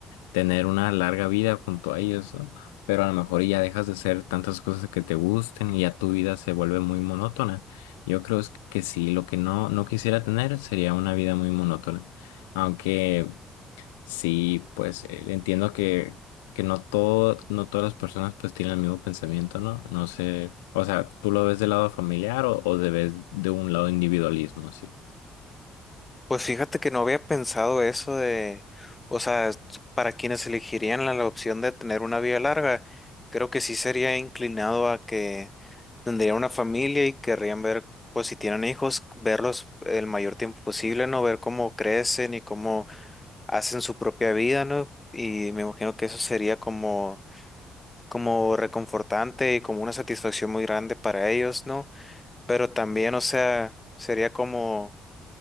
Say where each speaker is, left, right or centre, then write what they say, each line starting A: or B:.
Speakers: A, on the left (about 80°); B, on the left (about 20°).
A: tener una larga vida junto a ellos, ¿no? Pero a lo mejor ya dejas de hacer tantas cosas que te gusten y ya tu vida se vuelve muy monótona. Yo creo es que sí, lo que no, no quisiera tener sería una vida muy monótona. Aunque sí, pues eh, entiendo que, que no todo, no todas las personas pues tienen el mismo pensamiento, ¿no? No sé, o sea, ¿tú lo ves del lado familiar o, o de, ves de un lado individualismo, sí?
B: Pues fíjate que no había pensado eso de, o sea, s- para quienes elegirían la, la opción de tener una vida larga, creo que sí sería inclinado a que tendría una familia y querrían ver, pues si tienen hijos, verlos el mayor tiempo posible, ¿no? Ver cómo crecen y cómo hacen su propia vida, ¿no? Y me imagino que eso sería como, como reconfortante y como una satisfacción muy grande para ellos, ¿no? Pero también, o sea, sería como